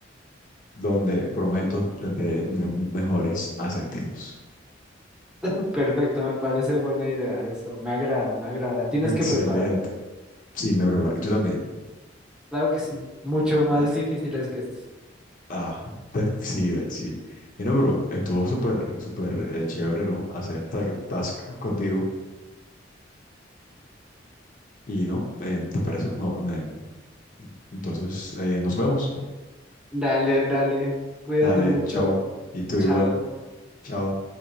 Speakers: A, on the left; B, in the centre.
A: donde prometo tendré me- mejores acertijos.
B: <laughs> Perfecto, me parece buena idea eso. Me agrada, me agrada. Tienes
A: Excelente.
B: que prepararte.
A: Sí, me preparo. Y tú también.
B: Claro que sí, muchos más
A: Dale.
B: difíciles que estos.
A: Ah, te- sí, de- sí. Y no, pero estuvo súper, súper eh, chévere, ¿no? Hacer ta- task contigo. Y no, eh, ¿te parece? No, me- entonces, eh, nos vemos.
B: Dale, dale. Cuídate
A: Dale,
B: mucho.
A: chao. Y tú
B: Chao.
A: igual. Chao.